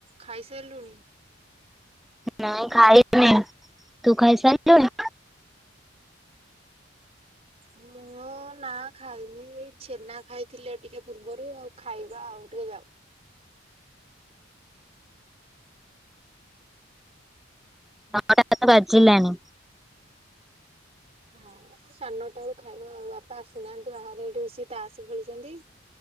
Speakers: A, on the right; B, in the centre.
A: ଖାଇସାରିଲୁଣି?
B: ନାାଇଁ ଖାଇନି ତୁ ଖାଇସାଇଲୁଣି?
A: ମୁଁ ନା ଖାଇନି ଏଇ ଛେନା ଖାଇଥିଲି ଟିକେ ପୂର୍ବରୁ ଆଉ ଖାଇବା ଆଉ ଟିକେ ଯାଉ।
B: <unintelligible> ବାଜିଲାଣି।
A: ହଁ ସାନଟା କୁ ଖାଇବା ଆଉ ବାପା ଆସିନାହାନ୍ତି ବାହାରେ ଏଠି ବସିକି ତାସ ଖେଳଛନ୍ତି।